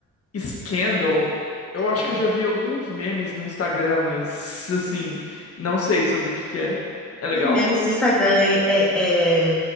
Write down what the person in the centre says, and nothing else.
É.
Memes
do Instagram é, é-